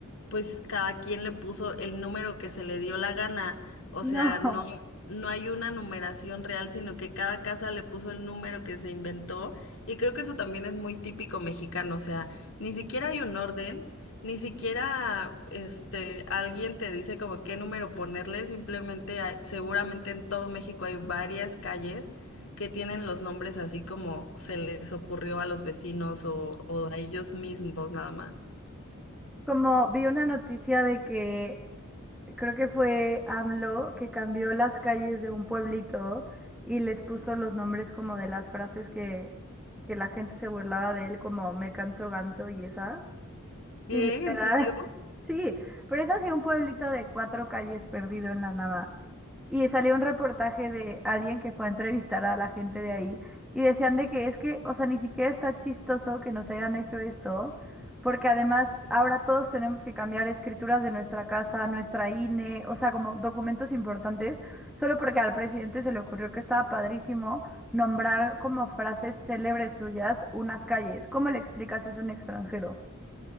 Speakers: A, on the left (about 65°); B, in the centre.
A: pues cada quien le puso el número que se le dio la gana. O
B: No,
A: sea, no, no hay una numeración real, sino que cada casa le puso el número que se inventó. Y creo que eso también es muy típico mexicano. O sea, ni siquiera hay un orden. Ni siquiera este alguien te dice como qué número ponerle, simplemente hay- seguramente en todo México hay varias calles que tienen los nombres así como se les ocurrió a los vecinos o, o a ellos mismos nada más.
B: Como vi una noticia de que creo que fue AMLO que cambió las calles de un pueblito y les puso los nombres como de las frases que, que la gente se burlaba de él, como me canso ganso y esas.
A: ¿Qué?
B: Y literal,
A: ¿En serio?
B: <laughs> sí, pero es así un pueblito de cuatro calles perdido en la nada. Y salió un reportaje de alguien que fue a entrevistar a la gente de ahí y decían de que es que, o sea, ni siquiera está chistoso que nos hayan hecho esto, porque además ahora todos tenemos que cambiar escrituras de nuestra casa, nuestra INE, o sea, como documentos importantes, solo porque al presidente se le ocurrió que estaba padrísimo nombrar como frases célebres suyas unas calles. ¿Cómo le explicas eso a un extranjero?